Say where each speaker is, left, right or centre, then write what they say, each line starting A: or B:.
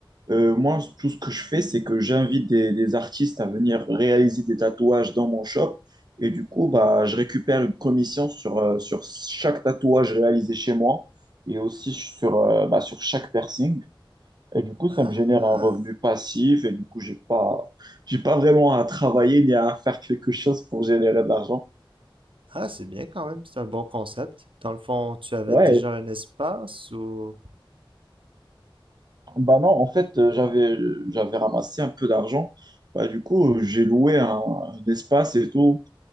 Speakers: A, on the right; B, on the right.
A: Euh, moi tout ce que je fais c'est que j'invite des, des artistes à venir réaliser des tatouages dans mon shop. Et du coup, bah je récupère une commission sur, euh, sur chaque tatouage réalisé chez moi et aussi sur, euh, bah, sur chaque piercing. Et du coup,
B: Ah,
A: ça me génère un revenu passif et du coup, j'ai pas, j'ai pas vraiment à travailler ni à faire quelque chose pour générer de l'argent.
B: ah, c'est bien quand même, c'est un bon concept. Dans le fond, tu avais
A: Ouais,
B: déjà un espace ou
A: bah non, en fait, euh, j'avais, j'avais ramassé un peu d'argent. Bah, du coup, euh, j'ai loué un, un espace et tout.